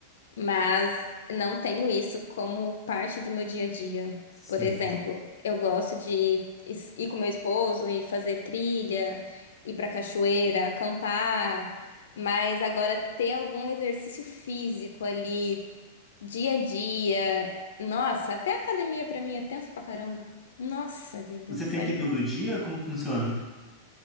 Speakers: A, on the left; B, in the centre.
A: mas não tenho isso como parte do meu dia a dia.
B: Sim.
A: Por exemplo, eu gosto de is- ir com meu esposo e fazer trilha, ir pra cachoeira, acampar, mas agora ter algum exercício físico ali, dia a dia. Nossa, até academia pra mim é tenso pra caramba. Nossa vida,
B: Você tenta
A: só de
B: ir todo dia? Como que funciona?